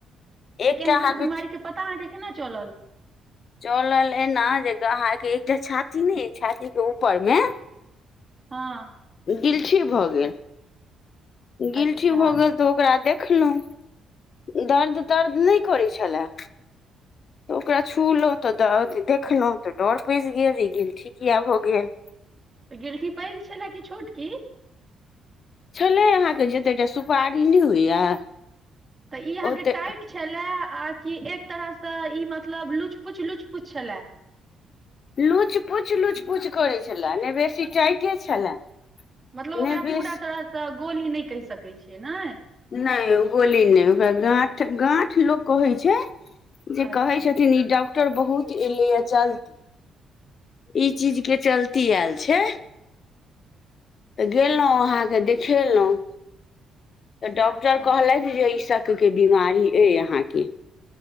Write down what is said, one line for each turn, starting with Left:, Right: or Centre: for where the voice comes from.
Right: तऽ
Left: एकटा
Right: कैंसर
Left: अहाँके
Right: बीमारीके पता अहाँके केना चलल
Left: चलल एना जे अहाँके एकटा छाती नै अइ छाती के ऊपर मे
Right: हँ
Left: गिलठी भऽ गेल गिलठी
Right: अच्छा
Left: भऽ गेल तऽ ओकरा देख खलहुँ दर्द तर्द नहि करै छलए तऽ ओकरा छुलहुँ तऽ अथि देखलहुँ तऽ डर पैसि गेल इ गिलठी किया भऽ गेल
Right: गिलटी पैघ छलए कि छोटकी
Left: छलै अहाँके जते टा सुपारी नहि होइया
Right: तऽ ई अहाँके
Left: ओते
Right: टाइट छलए आ कि एक तरहसँ ई मतलब लुच पुच लुच पुच छलै
Left: लुच पुच लुच पुच करै छलए नै बेसी टाइटे छलए
Right: मतलब ओकरा
Left: नहि बेसी
Right: पूरा तरहसँ गोली नहि कहि सकैत छियै नै
Left: नहि गोली नहि ओकरा गांठ गांठ लोक कहै छै जे
Right: अच्छा
Left: कहै छथिन ई डॉक्टर बहुत एयलैए जलदी ई चीजके चलती आयल छै तऽ गेलहुँ अहाँके देखेलहुँ तऽ डॉक्टर
Right: अच्छा
Left: कहलथि जे शक के बीमारी अइ अहाँके